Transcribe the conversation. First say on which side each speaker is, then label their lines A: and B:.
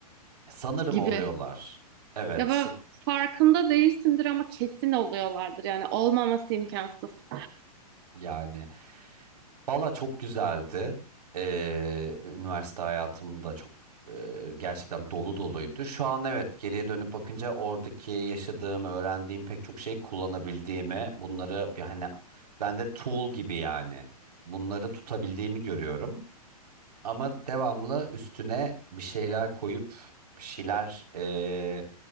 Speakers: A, on the right; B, on the right.
A: Sanırım
B: gibi.
A: oluyorlar. Evet,
B: Ya böyle
A: s-
B: farkında değilsindir ama kesin oluyorlardır yani olmaması imkansız.
A: yani valla çok güzeldi. Ee, üniversite hayatım da çok e, gerçekten dolu doluydu. Şu an evet geriye dönüp bakınca oradaki yaşadığım, öğrendiğim pek çok şeyi kullanabildiğimi, bunları bir hani bende tool gibi yani bunları tutabildiğimi görüyorum. Ama devamlı üstüne bir şeyler koyup bir şeyler eee,